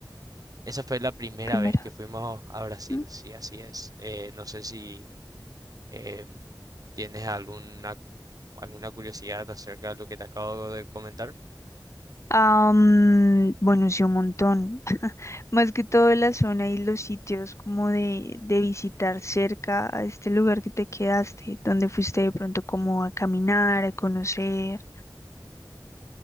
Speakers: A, on the right (about 50°); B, on the left (about 40°).
A: esa fue la primera
B: primera.
A: vez que fuimos a Brasil,
B: Mm.
A: sí, así es. Eh, no sé si eh, tienes alguna, alguna curiosidad acerca de lo que te acabo de comentar.
B: Am, bueno, sí, un montón. <laughs> Más que todo la zona y los sitios como de, de visitar cerca a este lugar que te quedaste, donde fuiste de pronto como a caminar, a conocer.